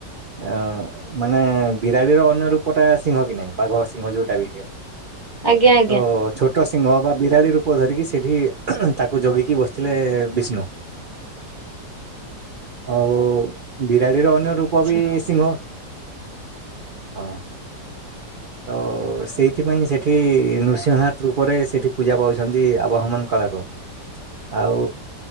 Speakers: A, on the right; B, on the left.
A: ଅ ମାନେ ବିରାଡିର ଅନ୍ୟ ରୂପ ଟା ସିଂହ କି ନାହିଁ ବାଘ ସିଂହ ଯୋଉଟା ବି
B: ଆଜ୍ଞା ଆଜ୍ଞା
A: ତ ଛ ତ ସିିଂହ ବା ବିରାଡି ରୂପ ଧରିକି ସେଠି ତାକୁ ଜଗିକି ବସିଥିଲେ। ବିଷ୍ଣୁ ଆଉ ବିରାଡ଼ିର ଅ ଅନ୍ୟ ରୂପ
B: ଆଚ୍ଛା
A: ବିି ସିଂହ। ହଁ ତ ସେଇଥିପାଇଁ ସେଠି ନୃସିଂହନାଥ ରୂପରେ ସେଠି ପୂଜା ପାଉଛନ୍ତି। ଆବାହମାନ କାଳରୁ ଆଉ